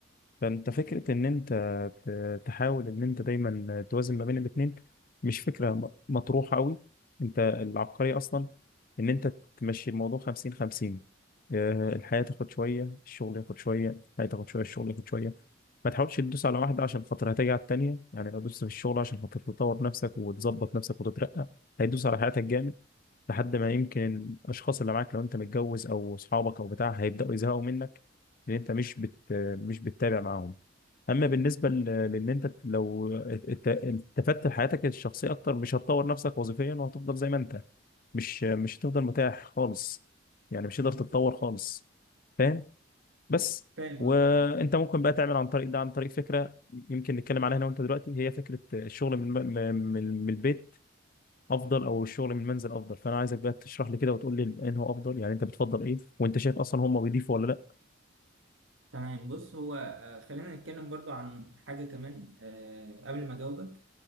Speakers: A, on the left; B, on the right.
A: فانت فكرة ان انت ت- تحاول ان انت دايما توازن ما بين الاتنين مش فكرة م- مطروحة قوي انت العبقرية اصلا ان انت تمشي الموضوع خمسين خمسين آه، الحياة تاخد شوية الشغل ياخد شوية الحياة تاخد شوية الشغل ياخد شوية ما تحاولش تدوس على واحدة عشان خاطر هتيجي على التانية يعني لو دوست في الشغل عشان خاطر تطور نفسك وتظبط نفسك وتترقى هيدوس على حياتك جامد لحد ما يمكن الأشخاص اللي معاك لو أنت متجوز أو أصحابك أو بتاع هيبدأوا يزهقوا منك لأن أنت مش بت... مش بتتابع معاهم اما بالنسبه ل- لان انت لو ات- التفت لحياتك الشخصيه اكتر مش هتطور نفسك وظيفيا وهتفضل زي ما انت مش مش هتفضل متاح خالص يعني مش هتقدر تتطور خالص فاهم بس
B: فاهم
A: وانت
B: قصدك اه
A: ممكن بقى تعمل عن طريق ده عن طريق فكره يمكن نتكلم عليها انا وانت دلوقتي هي فكره الشغل من الم- من من البيت افضل او الشغل من المنزل افضل فانا عايزك بقى تشرح لي كده وتقول لي انه افضل يعني انت بتفضل ايه وانت شايف اصلا هم بيضيفوا ولا لا
B: تمام بص هو آه، خلينا نتكلم برضو عن حاجة كمان آه، قبل ما أجاوبك